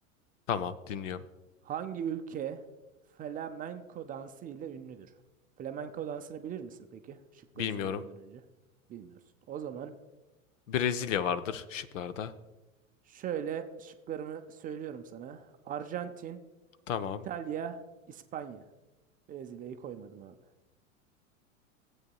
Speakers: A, on the left; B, on the right.
A: Tamam, dinliyorum.
B: Hangi ülke flamenco dansı ile ünlüdür? Flamenco dansını bilir misin peki? Şıkları
A: Bilmiyorum.
B: söylemeden önce. Bilmiyorsun. O zaman
A: Brezilya vardır şıklarda.
B: şöyle şıklarımı söylüyorum sana. Arjantin,
A: Tamam.
B: İtalya, İspanya. Brezilya'yı koymadım abi.